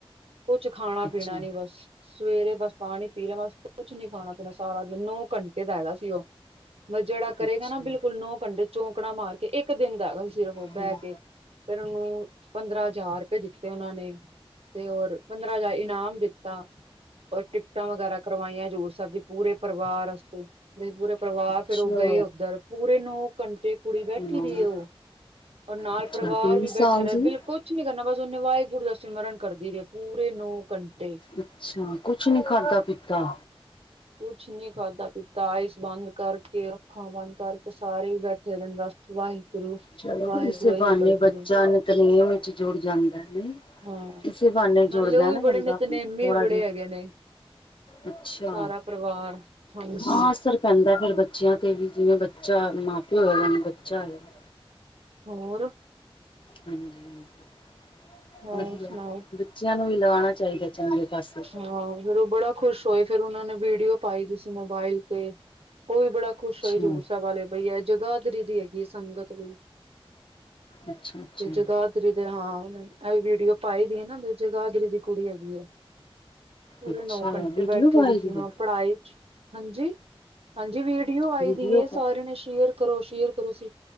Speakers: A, on the right; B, on the left.
A: ਕੁਛ ਖਾਣਾ-
B: ਅੱਛਾ,
A: ਪੀਣਾ ਨੀ ਬਸ ਸਵੇਰੇ ਬਸ ਪਾਣੀ ਪੀ ਲਿਆ ਬਸ ਕੁਛ ਨੀ ਖਾਣਾ- ਪੀਣਾ ਸਾਰਾ ਜ ਨੌ ਘੰਟੇ ਦਾ ਹੈਗਾ ਸੀ ਉਹ ਬਸ ਜਿਹੜਾ ਕਰੇਗਾ
B: ਅੱਛਾ,
A: ਨਾ
B: ਹੂੰ,
A: ਬਿਲਕੁਲ ਨੋ ਘੰਟੇ ਚੌਕਣਾ ਮਾਰ ਕੇ ਇੱਕ ਦਿਨ ਦਾ ਹੈਗਾ ਸੀ ਸਿਰਫ ਉਹ
B: ਹੂੰ,
A: ਬਹਿ ਕੇ ਫਿਰ ਉਹਨੂੰ ਪੰਦਰਾਂ ਹਜ਼ਾਰ ਦਿੱਤੇ ਉਹਨਾਂ ਨੇ ਤੇ ਹੋਰ ਪੰਦਰਾਂ ਹਜ਼ਾਰ ਇਨਾਮ ਦਿੱਤਾ ਟਿਕਟਾਂ ਵਗੈਰਾ ਕਰਵਾਈਆਂ ਹਜ਼ੂਰ ਸਾਹਿਬ ਦੀ ਪੂਰੇ ਪਰਿਵਾਰ ਵਾਸਤੇ ਪੂਰੇ ਪਰਿਵਾਰ
B: ਅੱਛਾ,
A: ਫੇਰ ਉਹ ਗਏ ਉੱਧਰ ਪੂਰੇ ਨੋ ਘੰਟੇ ਕੁੜੀ ਬੈਠੀ
B: ਹਾਂ,
A: ਰਹੀ ਉਹ ਔਰ ਨਾਲ
B: ਅੱਛਾ
A: ਪਰਿਵਾਰ
B: ਕਿੰਨੇ
A: ਵੀ
B: ਸਾਲ
A: ਬੈਠਾ ਰਿਹਾ
B: ਦੀ?
A: ਬਿਲਕੁਲ ਕੁਛ ਨੀ ਕਰਨਾ ਬਸ ਉਹਨੇ ਵਾਹਿਗੁਰ ਦਾ ਸਿਮਰਨ ਕਰਦੀ ਰਹੀ ਪੂਰੇ ਨੋ ਘੰਟੇ
B: ਅੱਛਾ ਕੁਛ ਨੀ ਖਾਦਾ ਪੀਤਾ
A: ਕੁਛ ਨੀ ਖਾਦਾ ਪੀਤਾ ਆਈਸ ਬੰਦ ਕਰਕੇ ਅੱਖਾਂ ਬੰਦ ਕਰਕੇ ਸਾਰੇ ਬੈਠੇ ਰਹੇ ਬਸ ਵਾਹਿਗੁਰੂ
B: ਚਲੋ
A: ਵਾਹਿਗੁਰੂ
B: ਇਸ
A: ਇਹੀਓ
B: ਬਹਾਨੇ
A: ਕਰਦੇ
B: ਬੱਚਾ
A: ਰਹੇ
B: ਨਿਤਨੇਮ ਵਿੱਚ ਜੁੜ ਜਾਂਦਾ ਨਈ
A: ਹਾਂ
B: ਇਸੇ ਬਹਾਨੇ ਜੁੜਦਾ
A: ਨਾਲੇ ਉਹ ਵੀ
B: ਨਾ
A: ਬੜੇ
B: ਬੰਦਾ
A: ਨਿਤਨੇਮੀ
B: ਥੋੜ੍ਹਾ
A: ਵੀ ਬੜੇ
B: ਜਿਹਾ
A: ਹੈਗੇ ਨੇ
B: ਅੱਛਾ
A: ਸਾਰਾ ਪਰਿਵਾਰ ਹਾਂਜੀ
B: ਹਾਂ। ਪੈਂਦਾ ਫੇਰ ਬੱਚਿਆਂ ਤੇ ਵੀ ਜਿਵੇਂ ਬੱਚਾ ਮਾਂ ਪਿਓ ਹੈਗਾ ਬੱਚਾ ਆਏਗਾ।
A: ਹੋਰ।
B: ਹਾਂ <unintelligible>
A: ਹੋਰ
B: ਵਦੀਆਂ
A: ਸੁਣਾਓ
B: ਬੱਚਿਆਂ ਨੂੰ ਵੀ ਲਗਾਣਾ ਚਾਹੀਦਾ ਚੰਗੇ ਪਾਸੇ
A: ਹਾਂ ਫੇਰ ਉਹ ਬੜਾ ਖੁਸ਼ ਹੋਏ। ਫੇਰ ਉਹਨਾ ਨੇ ਵੀਡੀਓ ਪਾਈ ਸੀ ਮੋਬਾਇਲ ਤੇ। ਉਹ ਵੀ ਬੜਾ ਕੁੁਸ਼
B: ਅੱਛਾ।
A: ਹੋਏ ਦੂਰ ਸਾਹਿਬ ਵਾਲੇ ਬਈ ਇਹ ਜਗਾਦਰੀ ਦੀ ਹੈਗੀ ਸੰਗਤ ਬਈ।
B: ਅੱਛਾ ਅੱਛਾ।
A: ਤੇ ਜਗਾਦਰੀ ਦੇ ਹਾਂ ਉਹ ਇਹ ਵੀਡੀਓ ਪਾਾਈ ਦੀ ਹੈ ਨਾ ਬ ਜਗਾਦਰੀ ਦੀ ਕੁੜੀ ਹੈਗੀ ਆ। ਪੂਰੇ
B: ਠੀਕ। ਅੱਛਾ
A: ਨੌ ਘੰਟੇ
B: ਵੀਡੀਓ
A: ਬੈਠੀ
B: ਪਾਈ
A: ਦੀ ਸੀ ਹਾਂ।
B: ਹੈ।
A: ਪੜ੍ਹਾਈ ਚ ਹਾਂਜੀ ਹਾਂਜੀ ਵੀਡੀਓ ਆਈ
B: ਵੀਡੀਓ
A: ਦੀ
B: ਕਾ
A: ਸਾਰਿਆਂ ਨੇ ਸ਼ੇਅਰ ਕਰੋ ਸ਼ੇਅਰ ਕਰੋ ਸੀ।